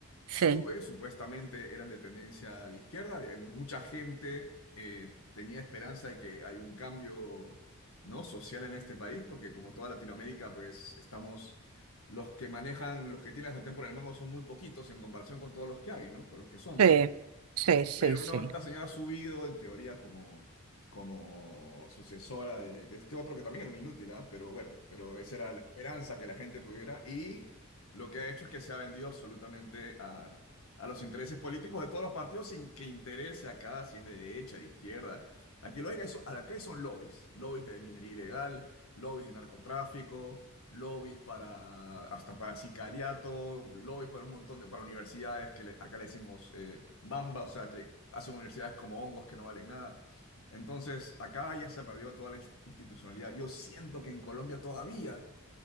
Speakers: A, on the right; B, on the left.
A: sí,
B: sube, supuestamente eran de tendencia de izquierda, digamos, mucha gente eh, tenía esperanza de que hay un cambio ¿no? social en este país, porque como toda Latinoamérica, pues estamos, los que manejan, los que tienen la sartén por el mango son muy poquitos en comparación con todos los que hay, ¿no? Con los que somos.
A: sí, sí, sí,
B: Pero
A: sí.
B: no, esta señora ha subido en teoría como, como sucesora de, de este otro que también era un inútil, ¿ah? Pero bueno, pero esa era la esperanza que la gente tuviera y lo que ha hecho es que se ha vendido absolutamente a, a los intereses políticos de todos los partidos sin que interese acá si es de derecha, de izquierda. Aquí lo hay, que hay, son- acá hay son lobbies, lobbies de minería ilegal, lobbies de narcotráfico, lobbies para hasta para sicariato, lobbies para un montón de para universidades que le- acá le decimos eh, bamba, o sea que hacen universidades como hongos que no valen nada. Entonces, acá ya se perdió toda la inst- institucionalidad. Yo siento que en Colombia todavía